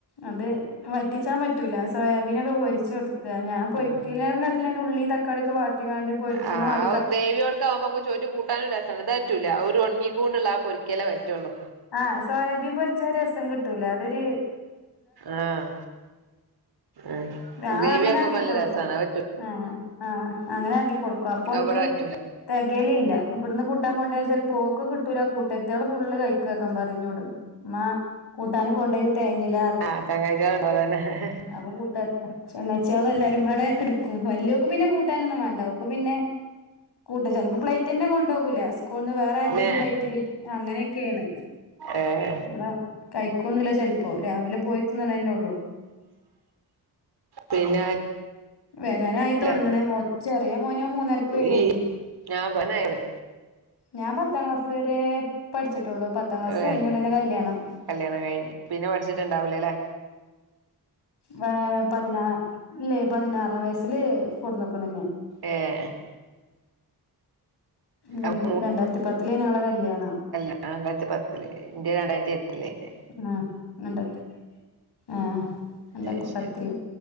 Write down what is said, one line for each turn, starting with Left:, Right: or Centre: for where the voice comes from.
Left: അത് വറ്റിച്ചാൻ പറ്റൂല സോയാബീനൊക്കെ പൊരിച്ച് കൊടുക്കുക. ഞാൻ പൊരിക്കില്ലായി
Right: ആഹ്
Left: ഉള്ളീം തക്കാളിംഒക്കൊ വണ്ടിങ്ങട് പോരിചിണ
Right: ആ
Left: മതി
Right: ആ ദേവിയോട്ക്ക ആവുമ്പോ നമുക്ക് ചൊറ്റ് കൂട്ടാനും രസണ് ഇത്പറ്റൂല ആ ഒരു ഉണങ്ങിങ്ങു ണ്ടുള്ള ആ പൊരിക്കലേ പറ്റുള്ളൂ.
Left: ആഹ സോയാബീൻ പൊരിച്ചാ രസം കിട്ടൂല അതൊര്.
Right: ആഹ് ആഹ്
Left: ഞാൻ
Right: ഗ്രേവി
Left: അങ്ങനെ
Right: ആക്കുമ്പോ
Left: ആക്കി
Right: നല്ല
Left: കൊടുക്കും
Right: രസാണ് അത് പറ്റൂ
Left: ആഹ ആഹ അങ്ങനെ ആക്കി കൊടുക്കും അപ്പോൽക്
Right: അത് ഇവിടെ പറ്റൂല
Left: തികല ഇല്ല ഇവിടടുന്ന് കൂട്ടൻ കൊണ്ടയ ചിലപ്പോ ക്ക് കിട്ടൂല കൂട്ടര് എത്തോള് ഫുള്ള് കഴിക്കക്കാ പറിംഞ്ഞോട്. മ്മ കൂട്ടാന് കൊണ്ടോയത് തേഞ്ഞില്ല.
Right: <unintelligible>
Left: അപ്പൊ കൂട്ടോര്ത്ത ചങ്ങായിച്ചാൾ എല്ലാരുംപാടെ എടുക്കും വല്യോക്ക് പിന്നെ കൂട്ടാനൊന്നും വേണ്ട ഓക്ക് പിന്നെ കൂട്ട് ചിലപ്പോ പ്ലേറ്റ് തന്നെ കൊണ്ടോവുല സ് കൂള്ന്ന് വേറെ
Right: പിന്നെ
Left: ആരതേലും പ്ലേറ്റില് അങ്ങനെയൊക്കെയാണ്
Right: ഏഹ്
Left: ഇവിടെ കഴിക്കോന്നില്ല ചെിൽപ്പോ രാവിലെ പോയി തിന്നെണെന്നെ ഉള്ളൂ
Right: പിന്നെ
Left: വരാനായി
Right: അല്ല
Left: തൊടങ്ങണ് മോത്ത് ചെറിയ മോനോ മൂന്നരക്ക് വരും
Right: ഈ ഞാൻ പനായിടെ
Left: ഞാൻ പത്താം ക്ലാസ് വരെ പഠിച്ചിട്ടുള്ളൂ പത്താം ക്ലാസ്
Right: ഏഹ്
Left: കഴിഞ്ഞടനെ കല്യാണം
Right: കല്യാണം കയിഞ്ഞ് പിന്നെ പഠിചിട്ട്ട്ടുണ്ടാവൂലല്ലേ
Left: വേ പതിനാ ഇല്ലേ പതിനാറാം വയസില് കൊടുന്ന്ക്കിണുന്നെ
Right: ഏഹ്
Left: ര
Right: അപ്പൊ
Left: രണ്ടായിരത്തി പത്തിലേനി ഞങ്ങള കല്യാണം
Right: ആഹ് രണ്ടായിരത്തി പത്തില്ല് ഇൻ്റെ രണ്ടായിരത്തി എട്ടിലേനി
Left: ആഹ് ന്നിട്ട് ആഹ് രണ്ടായിരത്തി
Right: അയിശരി
Left: പത്തില്